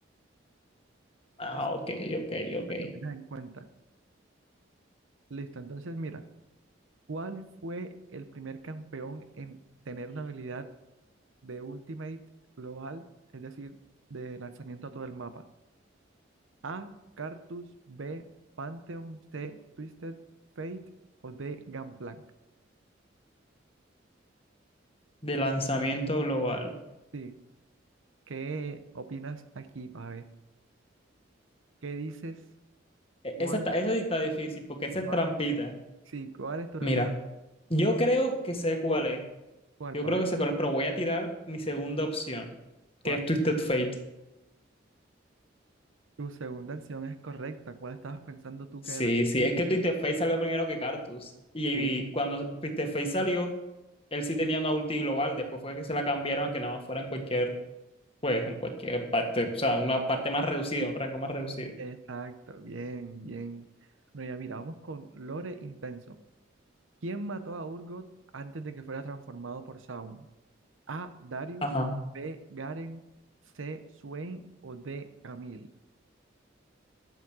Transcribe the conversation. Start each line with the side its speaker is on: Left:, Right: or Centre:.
Left: Ah,
Right: Así
Left: ok, ok, ok.
Right: para que lo tengas en cuenta. Listo, entonces mira, ¿cuál fue el primer campeón en tener una habilidad de Ultimate global, es decir, de lanzamiento a todo el mapa? A, Cartus, B, Pantheon, C, Twisted Fate o D, Gangplank.
Left: De lanzamiento global.
Right: Sí, ¿qué opinas aquí, Pave? ¿Qué dices?
Left: E-
Right: ¿Cuál
Left: Esa, ta-
Right: es,
Left: esa sí está difícil porque esa
Right: cuál?
Left: es trampita.
Right: Sí, ¿cuál es tu respuesta?
Left: Mira, yo creo que sé cuál es.
Right: ¿Cuál,
Left: Yo
Right: Pave?
Left: creo que sé cuál es, pero voy a tirar mi segunda opción,
Right: ¿Cuál?
Left: que es Twisted Fate.
Right: Tu segunda acción es correcta. ¿Cuál estabas pensando tú
Left: Sí,
Right: que era?
Left: sí, es que Twisted Fate salió primero que Cartus. Y,
Right: Sí,
Left: y cuando Twisted Fate salió, él sí tenía una ulti global. Después fue que se la cambiaron a que nada más fuera en cualquier pues en cualquier parte, o sea, una parte más reducida, un rango más reducido.
Right: Exacto, bien, bien. Bueno, ya mira, vamos con Lore Intenso. ¿Quién mató a Urgot antes de que fuera transformado por Zaun? A. Darius,
Left: Ajá.
Right: B. Garen, C. Swain o D. Camille.